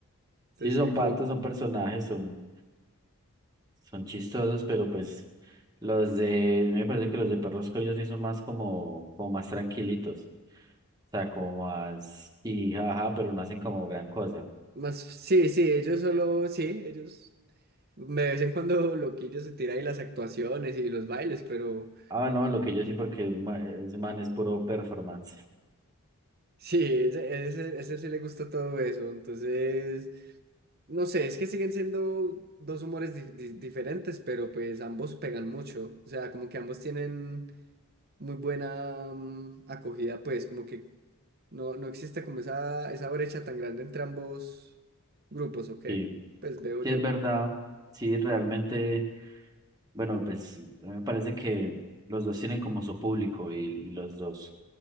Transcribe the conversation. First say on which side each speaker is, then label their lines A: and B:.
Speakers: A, on the right; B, on the right.
A: Sí,
B: Entonces,
A: son
B: que como
A: patos, son personajes, son, son chistosos, pero pues los de, me parece que los de Perros Coyos sí son más como, como más tranquilitos. O sea, como más y jaja, pero no hacen como gran cosa.
B: más, sí, sí, ellos solo, sí, ellos, de vez en cuando <laughs> Loquillo se tira ahí las actuaciones y los bailes, pero
A: Ah, no, lo que yo sí, porque ma- ese man es puro performance.
B: sí, ese, ese, ese sí le gusta todo eso. Entonces... No sé, es que siguen siendo dos humores dif- di- diferentes, pero pues ambos pegan mucho. O sea, como que ambos tienen muy buena mm, acogida, pues como que no, no existe como esa, esa brecha tan grande entre ambos grupos, ¿o qué?
A: Sí,
B: Pues veo
A: sí
B: yo.
A: es verdad, sí, realmente. Bueno, pues a mí me parece que los dos tienen como su público y, y los dos